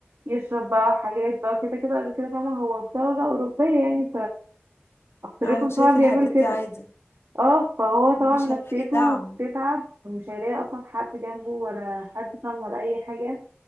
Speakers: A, on the right; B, on the left.
A: يشرب بقى حاجات بقى كده كده قبل كده فاهمة هو في دولة أوروبية يعني فأكترتهم
B: اه شايف
A: فعلا بيعملوا
B: الحاجات
A: كده
B: دي عادي
A: اه فهو
B: ومش
A: طبعا نفسيته
B: هيلاقي دعم
A: تتعب ومش هيلاقي أصلا حد جنبه ولا حد فاهم ولا أي حاجة